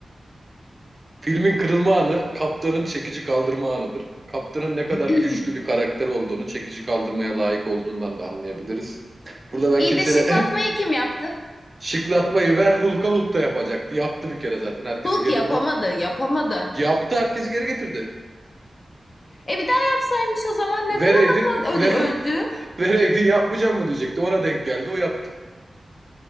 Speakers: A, on the right (about 35°); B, on the left (about 40°).
A: Filmin kırılma anı kaptanın çekici kaldırma anıdır. Kaptanın ne kadar
B: <clears throat>
A: güçlü bir karakter olduğunu, çekici kaldırmaya layık olduğundan da anlayabiliriz. Burada ben
B: İyi
A: kimseyle
B: de şıklatmayı
A: <laughs>
B: kim yaptı?
A: şıklatmayı ver Hulk'a Hulk da yapacaktı. Yaptı bir kere zaten herkesi
B: Hulk
A: geri
B: yapamadı,
A: Hulk
B: yapamadı.
A: yaptı herkesi geri getirdi.
B: E bir daha yapsaymış o zaman neden
A: Vereydin
B: adamı
A: ve
B: öldü, öldü?
A: <laughs> vereydin yapmayacağım mı diyecekti. Ona denk geldi o yaptı.